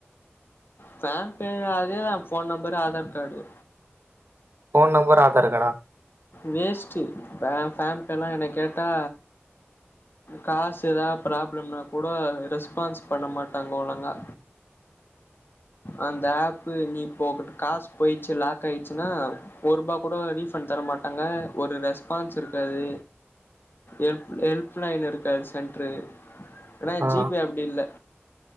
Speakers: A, on the left; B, on the right.
A: ஃபேன் பே அதேதா phone number Aadhaar card
B: phone number Aadhaar கார்டா
A: வேஸ்ட்டு ஃபேன் பேலா என்ன கேட்டா காசு எதா ப்ராப்ளம்னா கூட ரெஸ்பான்ஸ் பண்ண மாட்டாங்க ஒழுங்கா அந்த ஆப்பு நீ இப்போ ஒகிட்ட காசு போயிச்சு லாக் ஆயிச்சினா ஒருபா கூட ரீஃபன்ட் வரமாட்டாங்க ஒரு ரெஸ்பான்ஸ் இருக்காது எல் ஹொல்ப் லைன் இருக்காது சென்ட்ரு அனா
B: ஆ
A: ஜி பே அப்டி இல்ல